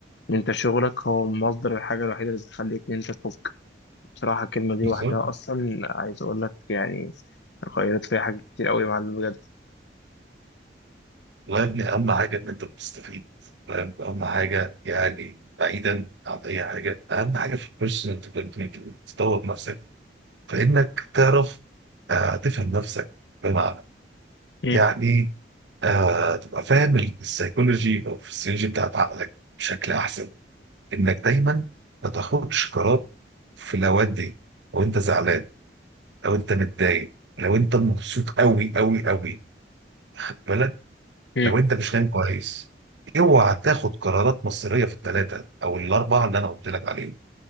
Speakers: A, on the left (about 75°); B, on the right (about 80°).
A: ان انت شغلك هو مصدر الحاجه الوحيده اللي بتخليك ان انت تفوق بصراحة الكلمة دي
B: بالظبط
A: لوحدها أصلا عايز أقول لك يعني غيرت فيها حاجات كتير أوي يا معلم بجد
B: والله يا ابني اهم حاجه ان انت بتستفيد فاهم؟ اهم حاجه يعني بعيدا عن اي حاجه اهم حاجه في البيرسونال ديفلوبمنت تطور نفسك فانك تعرف آه تفهم نفسك بمعنى
A: مم.
B: يعني آه تبقى فاهم السيكولوجي او الفسيولوجي بتاعت عقلك بشكل احسن انك دايما ما تاخدش قرار في الاوقات دي وانت زعلان لو انت متضايق لو انت مبسوط قوي قوي قوي خد بالك
A: مم.
B: لو انت مش نايم كويس اوعى تاخد قرارات مصيريه في الثلاثه او الاربعه اللي انا قلت لك عليهم